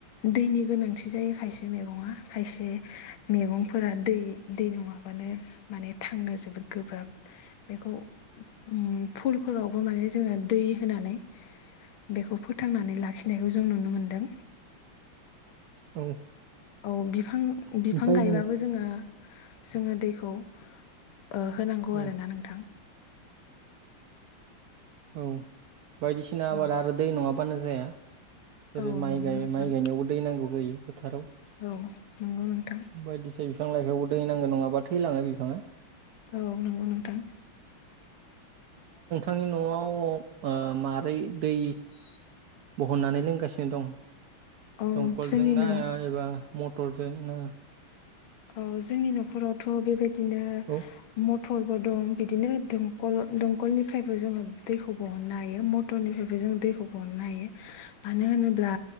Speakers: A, on the left (about 75°); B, on the right (about 80°).
A: दैनि गोनांथि जायो खायसे मैगङा खायसे मैगंफोरा दै दै नङाबानो माने थांनो जोबोद गोब्राब बेखौ उम फुलफोरावबो माने जोङो दै होनानै बेखौ फोथांनानै लाखिनायखौ जों नुनो मोनदों।
B: औ
A: औ बिफां
B: ओमफ्राय
A: बिफां गायबाबो
B: नों
A: जोङो जोङो दैखौ ओ होनांगौ
B: औ
A: आरो ना नोंथां।
B: औ बायदिसिना
A: औ
B: आबाद आरो दै नङाबानो जाया जेरै
A: औ
B: माइ
A: नंगौ
B: गाय
A: नोंथां
B: माइ गायनायावबो दै नांगौ जायो फोथाराव
A: औ नंगौ नोंथां
B: बायदिसि बिफां लाइफाङावबो दैनांगौ नङाबा थैलाङो बिफाङा
A: औ नंगौ नोंथां।
B: थांनि न'आव ओ मारै दै
A: <inaudible>
B: बहननानै लोंगासिनो दं?
A: औ
B: दंखलजोंना
A: जोंनि न'
B: एबा मटरजोंना
A: औ जोंनि न'खरावथ' बेबायदिनो
B: औ
A: म फलबो दं बिदिनो दं दंखलनिफ्रायबो जोङो दैखौ बहननो हायो मटरनिफ्रायबो जों दैखौ बहनो हायो मानो होनोब्ला